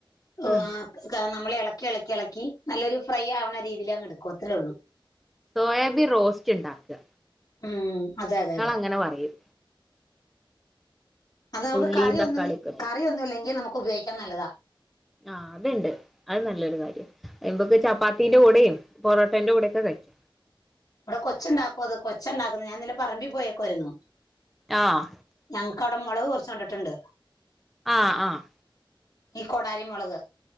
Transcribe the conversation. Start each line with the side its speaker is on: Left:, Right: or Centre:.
Left: ആഹ്
Centre: ഉം
Left: നമ്മള് ഇളക്കി ഇളക്കി ഇളക്കി നല്ലൊരു ഫ്രൈ ആവണ രീതിയിൽ അങ്ങ് എടുക്കും അത്രേ ഉള്ളൂ
Centre: സോയാബിൻ റോസ്റ്റ് ഉണ്ടാക്ക
Left: ഉം അതെ അതെ അതെ
Centre: അങ്ങനെ പറയും
Left: അത് നമുക്ക്
Centre: ഉള്ളിയും
Left: കറി
Centre: തക്കാളിയൊക്കെ
Left: ഒന്നും
Centre: ഇട്ടിട്ട്
Left: കറി ഒന്നും ഇല്ലെങ്കിൽ നമുക്ക് ഉപയോഗിക്കാൻ നല്ലതാ
Centre: ആഹ് അത്ണ്ട് അത് നല്ലൊരു കാര്യ നമ്മക്ക് ചപ്പാത്തിന്റെ കൂടെയും പൊറോട്ടേന്റെ കൂടെക്കെ കഴിക്കാം
Left: ഇവിടെ കൊച്ച ഉണ്ടാക്കോ അത് കൊച്ച ഉണ്ടാക്കന്ന് ഞാൻ ഇന്നലെ പറമ്പിൽ പോയേക്കയിരുന്നു
Centre: ആഹ്
Left: ഞങ്ങക്കവിടെ മുളക് കുറച്ച് നട്ടിട്ടുണ്ട്
Centre: ആഹ് ആഹ്
Left: ഈ കൊടാലി മുളക്